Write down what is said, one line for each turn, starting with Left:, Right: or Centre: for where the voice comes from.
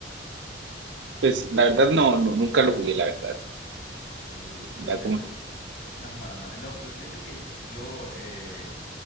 Right: Pues la verdad no, no, nunca lo jugué, la verdad.
Left: Ok,
Right: Ya
Left: pues fíjate.
Right: como-
Left: Ajá, ajá. No, pues fíjate que yo, eh,